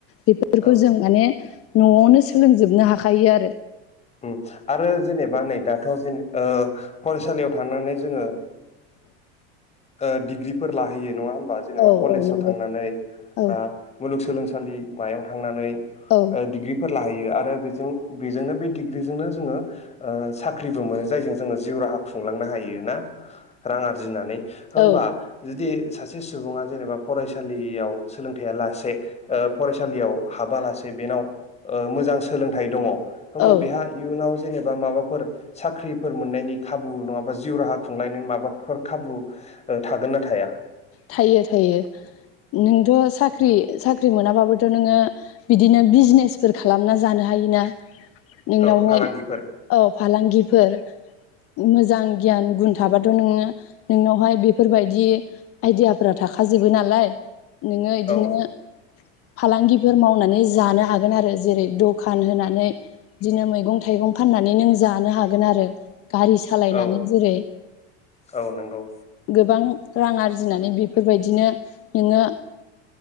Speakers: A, on the left; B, on the left.
A: बेफोरखौ
B: औ
A: जों माने नआवनो सोलोंजोबनो हाखायो आरो।
B: उम आरो जेनेबा नै दाथ जों ओ फरायसालियाव थानानै जोङो ओ डिग्रिफोर लाहैयो नङा होमा जेनोबा
A: औ
B: कलेजाव
A: औ नंगौ
B: थांनानै
A: औ
B: बा मुलुग सोलोंसालि थानसालि मायाव थांनानै
A: औ
B: ओं दिग्रिफोर लाहैयो आरो बे बेजोंनो बे डिग्रिजोंनो जोङो साख्रिबो मोनो जायजों जोङो जिउ राहा खुंलांनो हायो। हाथों ना रां आरजिनानै होमबा
A: औ
B: जुदि सासे सुबुङा जेनेबा फरायसालियाव सोलोंथायाइया लासे फरायसालियाव हाबा लासे बेनाव मोजां सोलोंथाइ दङ। होबा
A: औ
B: बेहा इयुनाव जेनेबा माबाफोर साख्रिफोर मोननायनि खाबु नङाबा जिउ राहा खुंलायनायनि माबाफोर खाबु थागोन ना थाया।
A: थायो थायो नोंथ साख्रि साख्रि मोनाबाबोथ नोङो बिदिनो बिजनेसफोर खालामना जानो हायोना नोंनावहाय
B: औ फालांगिफोर
A: औ फालांगि फोर मोजां गियान गुन थाबाथ नोङो नोंनावहाय बेफोरबायदि आइदियाफोरा थाखाजोबो नालाय नोङो इदिनो
B: औ
A: फालांगि फोर मावनानै जानो हागोन आरो जेरै दखान होनानै बिदिनो मैगं थाइगं फाननानै नों जानो हागोन आरो। गारि सालायनानै
B: औ
A: जेरै
B: औ नंगौ
A: गोबां रां आरजि आरजिनानै बेफोरबायदिनो नोङो